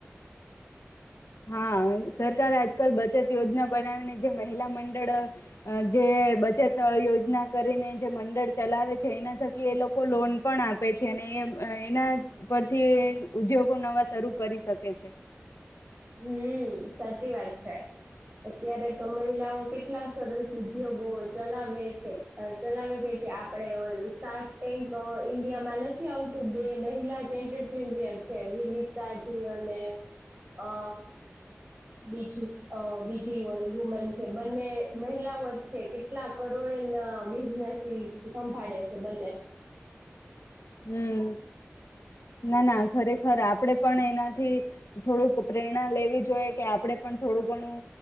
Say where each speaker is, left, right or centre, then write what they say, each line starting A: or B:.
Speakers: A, on the left (about 85°); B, on the right (about 35°).
A: હા સરકાર આજકાલ બચત યોજના બનાવીને જે મહિલા મંડળ અ જે બચત યોજના કરીને જે મંડળ ચાલ લાવે છે એના થકી એ લોકો લોન પણ આપે છે અને એ એના પરથી ઉદ્યોગો નવા શરૂ કરી શકે છે
B: હમ સાચી વાત છે, અત્યારે તો મહિલાઓ કેટલા સરસ ઉદ્યોગો ચલાવે છે અ ચલાવે ભી છે આપડે ઓલસાટેક અ ઇન્ડિયામાં નથી આવતું બે મહિલા જ એન્ટરપિમિયર છે વિનિતાજી અને અ બીજી અ બીજી ઓલી વુમન છે બંને મહિલાઓ જ છે, કેટલા કરોડના બિઝનેસ ઈ સંભાળે છે ને
A: હમ ના ના ખરેખર આપડે પણ એનાથી થોડુંક પ્રેરણા લેવી જોઈએ કે આપડે પણ થોડું ઘણું